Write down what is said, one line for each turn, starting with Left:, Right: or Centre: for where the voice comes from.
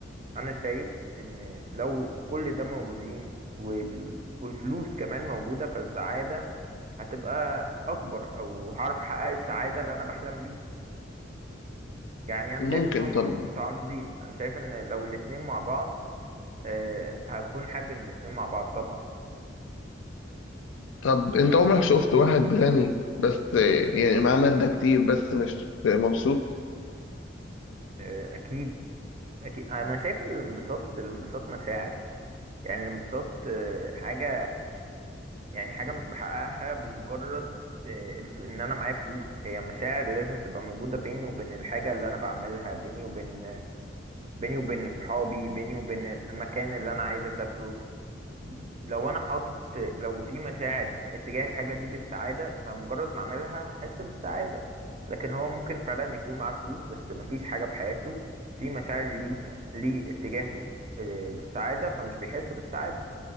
Right: انا شايف ان لو كل ده موجودين وال... والفلوس كمان موجودة فالسعادة هتبقى اكبر او هعرف احقق السعادة اللي انا بحلم بيها يعني انا
Left: ممكن
Right: شايف ان هما
Left: طب
Right: مش متعارضين انا شايف ان لو الاتنين مع بعض أه هكون حابب ان الاتنين مع بعض طبعا
Left: طب انت عمرك شفت واحد غني بس يعني معاه مادة كتير بس مش مبسوط
Right: أه اكيد اكيد انا شايف الانبساط الانبساط مشاعر يعني الانبساط أه حاجة يعني حاجة مش بحققها بمجرد آه، الف- ان انا معايا فلوس هي مشاعر لازم تبقى موجودة بيني وبين الحاجة اللي انا بعملها بيني وبين بيني وبين صحابي بيني وبين المكان اللي انا عايز اسافره لو انا حاطط لو في مشاعر اتجاه الحاجة دي بالسعادة فمجرد ما اعملها هحس بالسعادة لكن هو ممكن فعلا يكون معاه فلوس بس مفيش حاجة في حياته في مشاعر ليها ليه اتجاهه آه، بالسعادة فمش بيحس بالسعادة